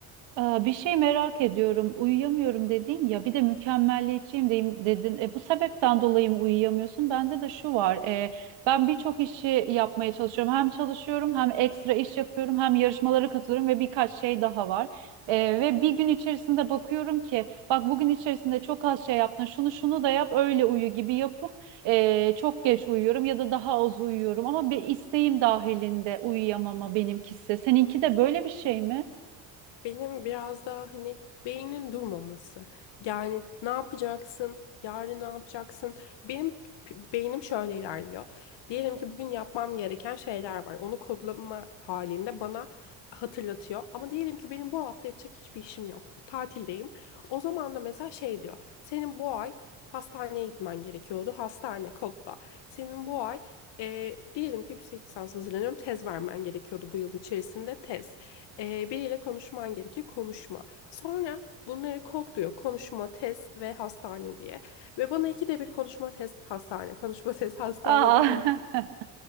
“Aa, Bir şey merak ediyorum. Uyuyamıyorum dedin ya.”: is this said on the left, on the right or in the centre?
Right